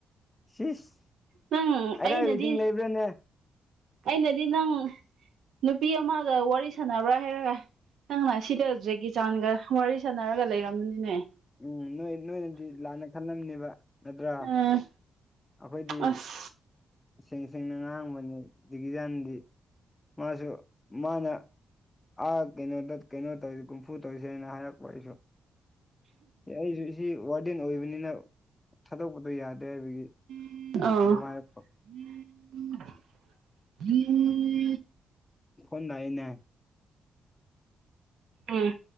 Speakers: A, on the left; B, on the right.
A: ꯁꯤꯁ
B: ꯅꯪ
A: ꯑꯩꯀꯥꯏ
B: ꯑꯩꯅꯗꯤ
A: ꯋꯦꯗꯤꯡ ꯂꯩꯕ꯭ꯔꯥꯅꯦ
B: ꯑꯩꯅꯗꯤ ꯅꯪ ꯅꯨꯄꯤ ꯑꯃꯒ ꯋꯥꯔꯤ ꯁꯥꯟꯅꯕ꯭ꯔꯥ ꯍꯥꯏꯔꯒ ꯅꯪꯅ ꯑꯁꯤꯗ ꯖꯦꯒꯤꯆꯥꯟꯒ ꯋꯥꯔꯤ ꯁꯥꯟꯅꯔꯒ ꯂꯩꯔꯝꯅꯤꯅꯦ
A: ꯎꯝ ꯅꯣꯏ ꯅꯣꯏꯅꯗꯤ ꯂꯥꯟꯅ ꯈꯜꯂꯝꯅꯦꯕ ꯅꯠꯇ꯭ꯔꯥ
B: ꯎꯝ
A: ꯑꯩꯈꯣꯏꯗꯤ
B: ꯑꯁ
A: ꯁꯦꯡ ꯁꯦꯡꯅ ꯉꯥꯡꯕꯅꯤ ꯖꯤꯀꯤꯖꯥꯟꯗꯤ ꯃꯥꯁꯨ ꯃꯥꯅ ꯑꯥ ꯀꯩꯅꯣꯗ ꯀꯩꯅꯣ ꯇꯧꯔꯤꯁ ꯀꯨꯝꯐꯨ ꯇꯧꯔꯤꯁꯦꯅ ꯍꯥꯏꯔꯛꯄ ꯑꯩꯁꯨ ꯑꯦ ꯑꯩꯁꯨ ꯁꯤ ꯋꯥꯔꯗꯦꯟ ꯑꯣꯏꯕꯅꯤꯅ ꯊꯥꯗꯣꯛꯄꯗꯣ ꯌꯥꯗꯦ ꯍꯥꯏꯕꯒꯤ
B: ꯑꯣ
A: ꯑꯗꯨꯝ ꯍꯥꯏꯔꯛꯄ ꯐꯣꯟꯗꯥꯏꯅꯦ
B: ꯎꯝ